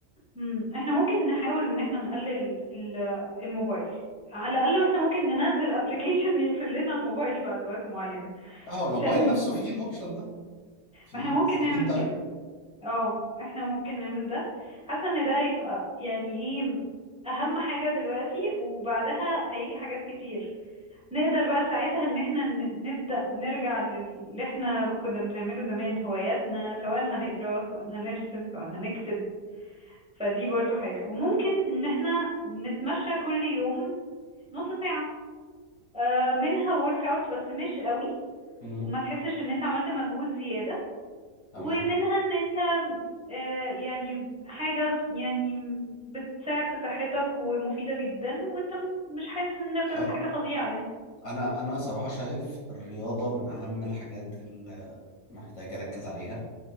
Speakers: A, in the centre; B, on the left.
A: مم. احنا ممكن نحاول ان احنا نقلل ال- الموبايل على الاقل احنا ممكن ننزل ابلكيشن <laughs> يقفل لنا الموبايل بعد وقت معين
B: لا هو الموبايل
A: عشان
B: نفسه فيه الأوبشن ده فيه
A: ما احنا ممكن
B: سكرين
A: نعمل
B: تايم
A: كده اه احنا ممكن نعمل ده حاسة ان ده هيبقى يعني ايه اهم حاجة دلوقتي وبعدها هيجي حاجات كتير نقدر بقى ساعتها ان احنا ن- نبدأ نرجع للي احنا كنا بنعمله زمان هواياتنا سواء هنقرا سواء هنرسم سواء هنكتب فدي برضو حاجة وممكن ان احنا نتمشى كل يوم نص ساعة آه، منها ورك اوت بس مش قوي
B: مم.
A: وما تحسش ان انت عملت مجهود زيادة
B: تمام
A: ومنها ان انت آه، يعني حاجة يعني بتساعد في صحتك ومفيدة جدا وانت م- مش حاسس ان انت بتعمل
B: حلو
A: حاجة فظيعة يعني
B: انا انا صراحه شايف الرياضه من اهم الحاجات اللي محتاج اركز عليها